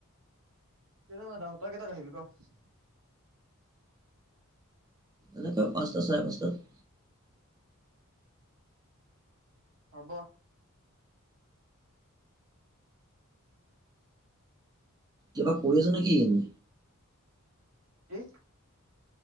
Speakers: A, on the right; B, on the right.
A: <unintelligible>
B: এনেকুৱা, পাঁচটা চাৰে পাঁচটাত।
A: হ'ব।
B: কিবা কৰি আছ নেকি এনে?
A: কি?